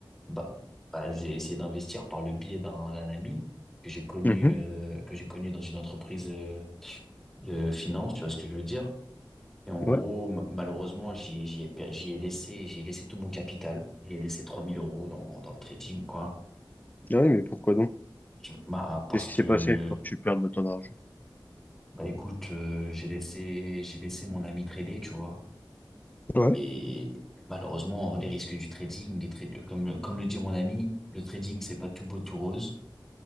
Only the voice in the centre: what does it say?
Bah, bah, j'ai essayé d'investir par le biais d'un d'un ami que j'ai connu
euh, que j'ai connu dans une entreprise euh, de finance, tu vois ce que je veux dire? Et en gros,
ma- malheureusement, j'y j'y ai, per- j'y ai laissé j'ai laissé tout mon capital. j'ai laissé 3000 euros dans dans le trading quoi.
Je- bah parce
que
bah écoute, euh, j'ai laissé j'ai laissé mon ami trader, tu vois.
Et malheureusement, les risques du trading, les tra- le- comme le- comme le dit mon ami, le trading c'est pas tout beau tout rose.